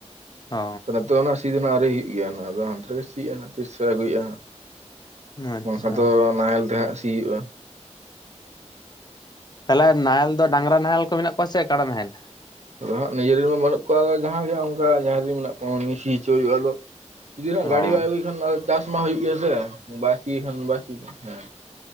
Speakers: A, on the left; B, on the right.
A: ᱚ
B: ᱱᱤᱛᱚᱜ ᱱᱟᱜ ᱥᱤ ᱫᱚ ᱱᱟᱜ ᱟᱣᱨᱤ ᱦᱩᱭᱩᱜ ᱜᱮᱭᱟ ᱱᱟᱜ ᱟᱫᱚ ᱦᱟᱱᱛᱮ ᱨᱮᱜᱮ ᱥᱤᱭᱮᱜᱼᱟᱭ ᱦᱟᱸᱜ ᱛᱤᱥᱮ ᱟᱹᱜᱩᱭᱼᱟ ᱦᱟᱸᱜ
A: ᱟᱪᱪᱷᱟ
B: ᱵᱟᱝᱠᱷᱟᱱ ᱫᱚ ᱱᱟᱦᱮᱞ ᱛᱮ ᱦᱟᱸᱜ ᱥᱤ ᱦᱩᱭᱩᱜᱼᱟ
A: ᱛᱟᱦᱚᱞᱮ ᱱᱟᱦᱮᱞ ᱫᱚ ᱰᱟᱝᱨᱟ ᱱᱟᱦᱮᱞ ᱠᱚ ᱢᱮᱱᱟᱜ ᱠᱚᱣᱟ ᱥᱮ ᱠᱟᱰᱟ ᱱᱟᱦᱮᱞ?
B: ᱟᱫᱚ ᱦᱟᱸᱜ ᱱᱤᱡᱮᱨᱮᱢᱟ ᱵᱟᱹᱱᱩᱜ ᱠᱚᱣᱟ ᱟᱫᱚ ᱡᱟᱦᱟᱸ ᱜᱮ ᱚᱱᱠᱟ ᱡᱟᱦᱟ ᱨᱮ ᱢᱮᱱᱟᱜ ᱠᱚᱣᱟ ᱥᱤ ᱦᱚᱪᱚ ᱦᱩᱭᱩᱜᱼᱟ ᱟᱫᱚ᱾ ᱡᱩᱫᱤ ᱱᱟᱜ
A: ᱚ
B: ᱜᱟᱹᱰᱤ
A: ᱦᱮᱸ
B: ᱵᱟᱭ ᱟᱹᱜᱩᱭ ᱠᱷᱟᱱ ᱪᱟᱥ ᱢᱟ ᱦᱩᱭᱩᱜ ᱜᱮᱭᱟ ᱥᱮ ᱵᱟᱭ ᱥᱤᱭ ᱠᱷᱟᱱ ᱵᱟᱭ ᱥᱤ ᱦᱮᱸ